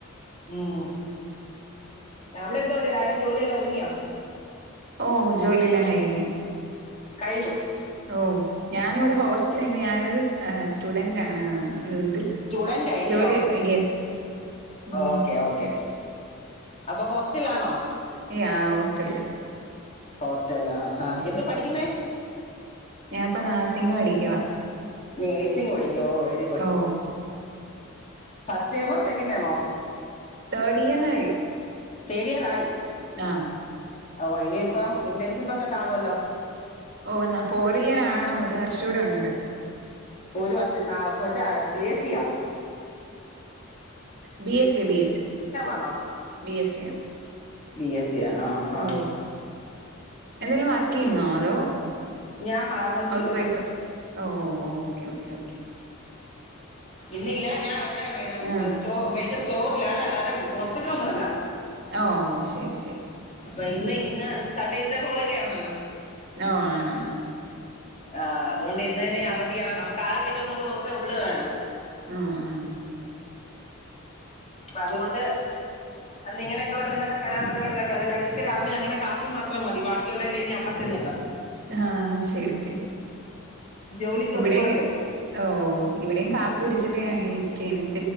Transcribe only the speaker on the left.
ഉം അവിടെ എന്തൊണ്ട് രാവിലെ ജോലിയെല്ലാം ഒതുങ്ങിയോ?
കഴിഞ്ഞു
സ്റ്റുഡന്റ് ആയില്ലയോ
ഓക്കെ ഓക്കെ അപ്പൊ ഹോസ് റ്റലിലാണോ?
ഹോസ്റ്റല ആ എന്താ പഠിക്കുന്നേ?
നേഴ്സിംഗ് പഠി യോ വെരി ഗുഡ്
ഫസ്റ്റ് ടെമോ സെക്കൻ് ടെമോ?
തേട് ഇയറായി
ഓ ഇനിയിപ്പം ഇന്റേൺഷിപ്പ് ഒക്കെ കാണുവല്ലോ
ഒരു വർഷം <unintelligible> <unintelligible> പി എസി യോ
ആണോ
ബി എസ് സി ആ ആഹാ
ഞാൻ ഫാർമസിയില്
ഇന്നില്ല ഞാൻ ഇവടെസ്റ്റോ
മെഡിക്കൽ സ്റ്റോറിലാണ് അല്ല അതെ ഹോസ്പിറ്റല ഒന്നുംല്ല
അപ്പൊ ഇന്ന് ഇന്ന് സൺഡേത്തെ ഹോളിഡേ ആണല്ലോ
ആ അതുകൊണ്ട് ഇന്നെ അവധിയ നമുക്ക് അകെകിട്ടുന്ന ഒരു ദിവസത്തെ ഉള്ളു തന
അപ്പോ അതുകൊണ്ട് അത് ഇങ്ങനെയൊക്കെയ എതിനൊക്കെ കലാപരിപാടിയൊക്കെ ഞങ്ങൾക്ക് രാവിലെ ഞങ്ങളുടെ കാപ്പി മാത്രം മതി ബാക്കിയുള്ളെല്ലാം ഇനി അവിടെ ചെന്നിട്ടാ
ജോലിക്ക്
ഒതുക്കുണ്ട്